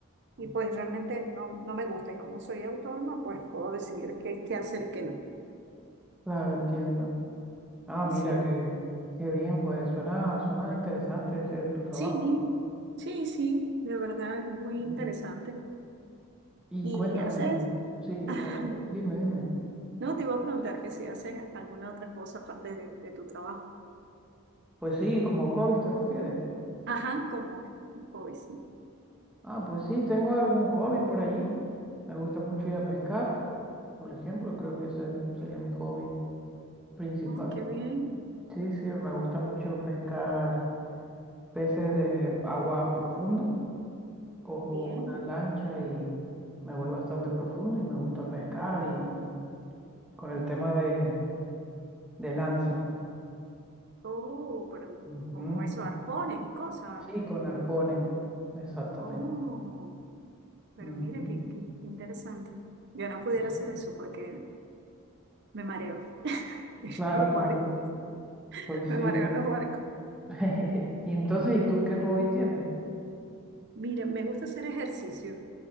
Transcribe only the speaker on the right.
y, pues realmente no, no me gusta. Y como soy autónoma, pues puedo decidir qué, qué hacer y qué no.
Sí,
sí, sí, sí, de verdad es muy interesante.
Y
haces,
<laughs>
no, te iba a preguntar que si haces alguna otra cosa aparte de, de tu trabajo.
Ajá, como hoy sí.
Oh, qué bien,
bien.
Oh, pero
como eso, arpones y cosas.
Oh, pero
mira qué, qué interesante. Yo no pudiera
hacer
eso porque me mareo <laughs> en
los
barcos.
Me
mareo en los barcos.
Mira, me gusta hacer ejercicio.